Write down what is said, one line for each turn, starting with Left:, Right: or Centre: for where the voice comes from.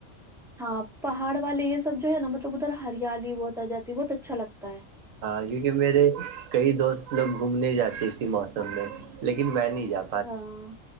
Centre: ہاں پہاڑ والے یہ سب جو ہے نا مطلب ادھر ہریالی بہت آ جاتی ہے بہت اچھا لگتا ہے
Right: ہاں کیونکہ میرے کئی دوست لوگ گھومنے جاتے اسی موسم میں لیکن میں نہیں جاا
Centre: ہاں